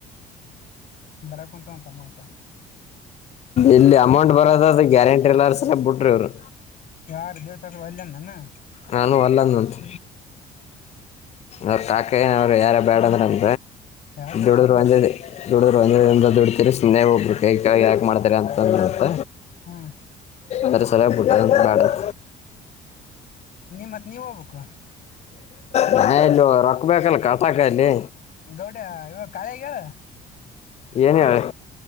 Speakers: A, on the left; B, on the left.
A: ಬರಕುಂತವಂತೆ ಅಮೌಂಟ್‌
B: ಎಲ್ಲಿ ಅಮೌಂಟ್ ಬರೋದಾದ್ರ ಗ್ಯಾರಂಟಿ ಎಲ್ಲಾರ ಸರಿ ಬಿಟ್ರಿ ಇವ್ರು
A: ಯಾರು ದಿವಸಗಳು ವಲ್ಲಂದಾನನು
B: ನಾನು ವಲ್ಲಹಂದೆ ಅವ್ರ ಕಾಕ ಏನೆರ ಅವ್ರು ಯಾರ ಬೇಡ ಅಂದ್ರ ನಮ
A: ಯಾಕಕ್ಕ
B: ದುಡಿದ್ರವಲ್ಲ
A: ಮಾರಾಯ
B: ದುಡಿದ್ರೆ ಒಂದೇ ದಿನ್ನದಾಗ ದುಡಿತಿರಿ ಸುಮ್ಮನೆ ಒಬ್ಬರು ಕೈ ಕೆಳಗ ಯಾಕೆ ಮಾಡತಿರ ಅಂತಂದ್ರತ್ತ
A: ಹ್ಮ್
B: ಅದ್ರ ಸಲುವಾಗಿ ಬುಟ್ಟಾರಂತ ಬ್ಯಾಡರಿ
A: ಮತ್ ನೀವ ಹೋಗ್ಬೇಕು
B: ನಾನು ಎಲ್ಲಿ ರೊಕ್ಬೇಕಲ್ಲ ಕತಾಕಲ್ಲಿ
A: ಗೌಡ್ಯ ಇವ ಖಾಲಿಯಾಗಳ್
B: ಏನ್ ಹೇಳಿ